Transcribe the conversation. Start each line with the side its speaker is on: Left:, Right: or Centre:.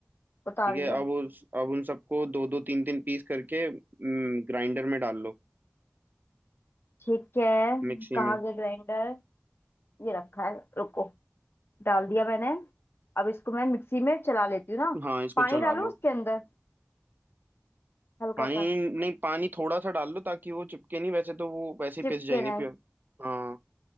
Left: उतार
Right: ठीक है
Left: लिया
Right: अब उस अब उन सबको दो दो तीन तीन पीस करके ग्राइंडर में डाल लो
Left: ठीक है
Right: मिक्सी
Left: कहाँ
Right: में
Left: गया ग्राइंडर ये रखा है रुको डाल दिया मैंने अब इसको मैं मिक्सी में चला लेती हूँ ना
Right: हाँ इसको
Left: पानी
Right: चला
Left: डालूं
Right: लो
Left: उसके अंदर हल्का
Right: पानी
Left: सा
Right: नहीं पानी थोड़ा सा डाल लो ताकि वो चिपके नहीं वैसे तो वो वैसे ही
Left: चिपके
Right: पिस जाएंगे
Left: ना
Right: प्योर हाँ